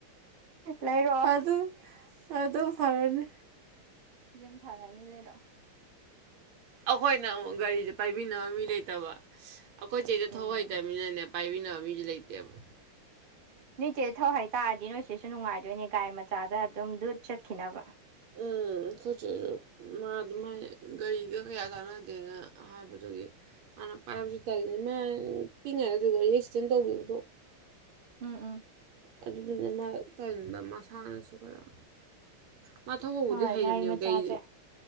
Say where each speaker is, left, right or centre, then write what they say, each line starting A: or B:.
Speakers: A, on the right; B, on the right.
A: ꯂꯩꯔꯛꯑꯣ
B: ꯑꯗꯨ ꯑꯗꯨ ꯑꯗꯨ ꯑꯗꯨ ꯐꯔꯅꯤ
A: ꯑꯗꯨꯝ ꯐꯔꯅꯤ ꯂꯩꯔꯣ
B: ꯑꯩꯈꯣꯏꯅ ꯑꯃꯨꯛ ꯒꯥꯔꯤꯁꯦ ꯄꯥꯏꯕꯤꯅꯕ ꯃꯤ ꯂꯩꯇꯕ ꯑꯩꯈꯣꯏꯇꯩꯦꯗ
A: ꯎꯝ
B: ꯊꯧ ꯍꯩꯇꯕꯅꯤꯅꯅꯦ ꯄꯥꯏꯕꯤꯅꯕ ꯃꯤꯁꯨꯦ ꯂꯩꯇꯦꯕ
A: ꯅꯣꯏꯆꯦ ꯊꯧꯍꯩꯇꯥꯔꯗꯤ ꯅꯣꯏꯁꯦꯁꯨ ꯅꯨꯡꯉꯥꯏꯗꯣꯏꯅꯦ ꯒꯥꯔꯤ ꯃꯆꯥꯗ ꯑꯗꯨꯝ ꯗꯨꯠ ꯆꯠꯈꯤꯅꯕ
B: ꯎꯝ ꯑꯩꯈꯣꯏꯁꯦ ꯃꯥ ꯑꯗꯨꯃꯥꯏꯅ ꯒꯥꯔꯤꯒ ꯀꯌꯥ ꯇꯥꯟꯅꯗꯦꯅ ꯍꯥꯏꯕꯗꯨꯒꯤ ꯍꯥꯟꯅ ꯄꯥꯏꯕꯁꯨ ꯇꯜꯂꯤꯅꯤ ꯃꯥ ꯄꯤꯛꯉꯥꯏꯗ ꯑꯗꯨ ꯒꯥꯔꯤ ꯑꯦꯛꯁꯤꯗꯦꯟ ꯇꯧꯕꯤꯕꯗꯣ
A: ꯎꯝ ꯎꯝ
B: ꯑꯗꯨꯗꯨꯅ ꯃꯥ ꯀꯟꯕ ꯃꯁꯥꯅꯁꯨ ꯈꯔ ꯃꯥ ꯊ ꯍꯧꯕꯗꯤ
A: ꯍꯣꯏ
B: ꯍꯩꯔꯕꯝꯅꯦꯕ
A: ꯒꯥꯔꯤ ꯃꯆꯥꯁꯦ
B: ꯀꯩꯗꯨ